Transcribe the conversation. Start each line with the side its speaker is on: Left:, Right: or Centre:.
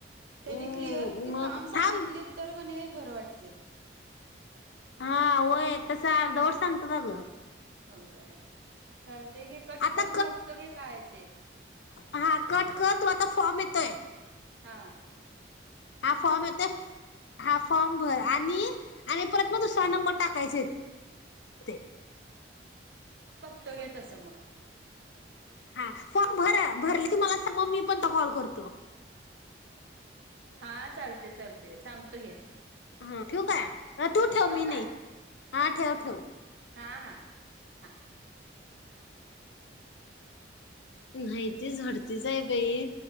Right: त्यानी
Left: हम्म
Right: क्लिअर
Left: मग
Right: काम सांगितले
Left: थांब
Right: तर कणी बरं वाटते.
Left: हां होय, तसं अर्धवट सांगतात अगं.
Right: हो वय, चाल ते घे कट
Left: आता
Right: करून बघतो गे काय आय ते.
Left: हां, कट कर तूला आता फॉर्म येतोय.
Right: हां
Left: हां फॉर्म येतोय. हां फॉर्म भर आणि, आणि परत म दुसरा नंबर टाकायचाये ते.
Right: त घे तसं मग.
Left: हां फॉर्म भर, भरली त मला सांगा मी पण ते कॉल कर तो
Right: हां चालतय चालतय सांगतो घ्या.
Left: हां ठेवू काय? अ तू ठेव
Right: ठेवू
Left: मी नाही हां ठेव ठेव.
Right: हां-हां-हां
Left: नाहीती झडतीच आय बाई.